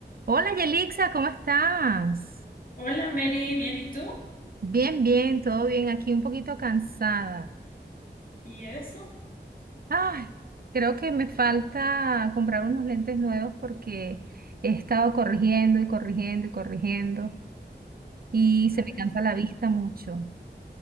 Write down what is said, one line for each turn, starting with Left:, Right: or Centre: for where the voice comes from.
Right: Hola Yelixa, ¿cómo estás?
Left: Hola Mary, ¿bien y tú?
Right: Bien, bien, todo bien. Aquí un poquito cansada.
Left: ¿Y eso?
Right: Ay, creo que me falta comprar unos lentes nuevos porque he estado corrigiendo y corrigiendo y corrigiendo y se me
Left: Ay,
Right: cansa
Left: car-
Right: la vista mucho.